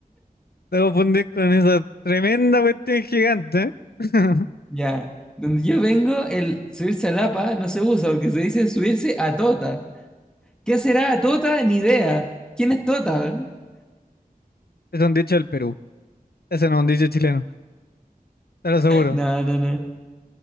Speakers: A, on the left; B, in the centre.
A: No confundir con esa tremenda cuestión gigante. <laughs>
B: Ya, donde yo vengo, el subirse a Lapa no se usa porque se dice subirse a Tota. ¿Qué será a Tota? Ni idea. ¿Quién es Tota? <laughs>
A: Es un dicho del Perú. Ese no es un dicho chileno, te lo
B: No,
A: aseguro.
B: no, no.